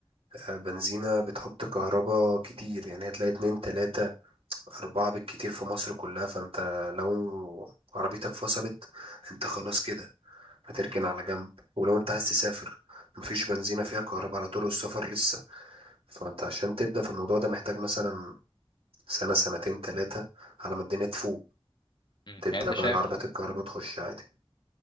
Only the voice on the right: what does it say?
آه، بنزينة بتحط كهرباء كتير يعني هتلاقي اتنين تلاتة اربعة بالكتير في مصر كلها فانت لو عربيتك فصلت انت خلاص كده هتركن على جنب ولو انت عايز تسافر مفيش بنزينة فيها كهرباء على طرق السفر لسه فانت عشان تبدأ في الموضوع ده محتاج مثلا سنة سنتين تلاتة على ما الدنيا تفوق
تبدأ
بقى
العربيات الكهرباء تخش عادي